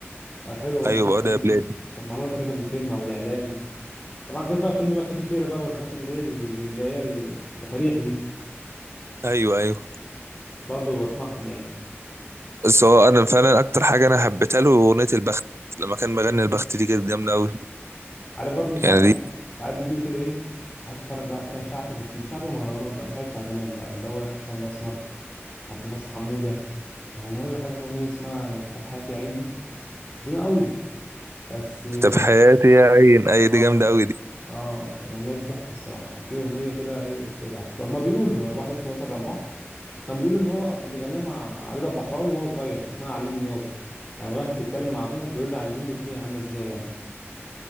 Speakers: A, on the left; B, on the right.
A: آه حلوه برضو
B: ايوه
A: كانت عجباني
B: بقى يا بلاد
A: كانت كانت معموله تقريبا لفيلم او لاعلان طبعا غير بقى فيلم بقى كيفي كده بقى والحاجات اللي هي اللي هي التفاريحي دي
B: ايوه ايوه
A: برضه بسمعهم يعني
B: بس هو انا فعلا اكتر حاجه انا حبيتها له اغنيه البخت لما كان مغني البخت دي كانت جامده قوي
A: عارف برضه ساعات
B: يعني
A: بي...
B: دي
A: ساعات بيجي لي كده ايه عايز اتفرج بقى شويه شعبي بس مش شعبي مهرجانات بقى شعبي بتاع زمان بقى اللي هو حسن الاسمر عبد الباسط حموده يعني اقول لك حاجه في اغنيه اسمها كتاب حياتي يا عين دي قديمه قوي بس
B: كتاب حياتي يا عين
A: اه
B: اي دي جامده قوي دي
A: اه الاغنيه دي تحفه الصراحه وفي اغنيه كده ايه بتاعت هما بيقولوا واحد اسمه ياسر رماح كان بيقول ان هو كان بيغنيها مع رضا البحراوي وهو صغير اسمها علمني يابا يعني واحد بيتكلم مع ابوه بيقول له علمني الدنيا عامله ازاي يعني